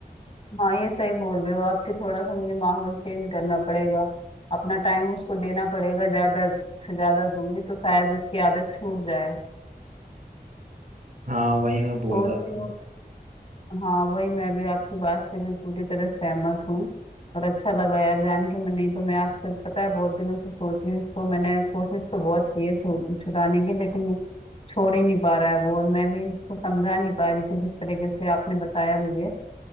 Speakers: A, on the left; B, on the right.
A: हाँ ये सही बोल रहे हो आपके थोड़ा सा मुझे माहौल चेंज करना पड़ेगा अपना टाइम उसको देना पड़ेगा ज्यादा से ज्यादा दूंगी तो शायद उसकी आदत छूट जाए
B: हाँ वही मैं बोल
A: सोच
B: रहा था
A: रही हूँ हाँ वही मैं भी आपकी बात से भी पूरी तरह सहमत हूँ और अच्छा लगा यार जान के मैं नहीं तो मैं आपसे पता है बहुत दिनों से सोच रही हूँ इसको मैंने कोशिश तो बहुत की है छु- छुड़ाने की लेकिन छोड़ ही नहीं पा रहा है वो और मैं भी इसको समझा नहीं पा रही थी जिस तरीके से आपने बताया मुझे